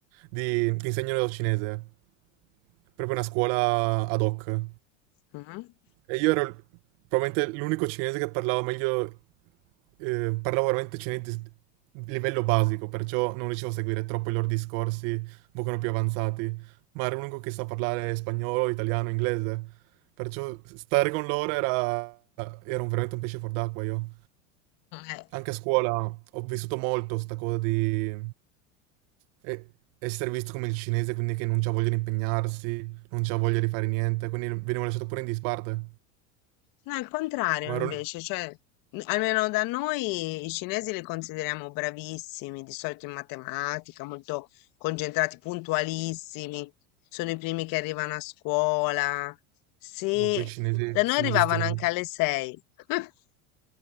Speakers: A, on the right (about 65°); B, on the left (about 60°).
A: di- che insegnano il cinese proprio una scuola ad hoc.
B: Mhm.
A: E io ero l- probabilmente l'unico cinese che parlava meglio, eh, parlavo veramente cinese di livello basico, perciò non riuscivo a seguire troppo i loro discorsi, un pochino più avanzati, ma ero l'unico che sa parlare spagnolo, italiano, inglese, perciò stare con loro era, era un- veramente un pesce fuor d'acqua io.
B: Eh.
A: Anche a scuola ho vissuto molto sta cosa di e- essere visto come il cinese, quindi che non c'ha voglia di impegnarsi, non c'aveva voglia di fare niente, quindi venivo lasciato pure in disparte.
B: No, il contrario
A: Ma
B: invece,
A: ero...
B: cioè, n- almeno da noi i cinesi li consideriamo bravissimi, di solito in matematica, molto concentrati, puntualissimi, sono i primi che arrivano a scuola. Sì,
A: No, quei cinesi
B: da noi
A: sono
B: arrivavano
A: visti veramente
B: anche alle sei. <laughs>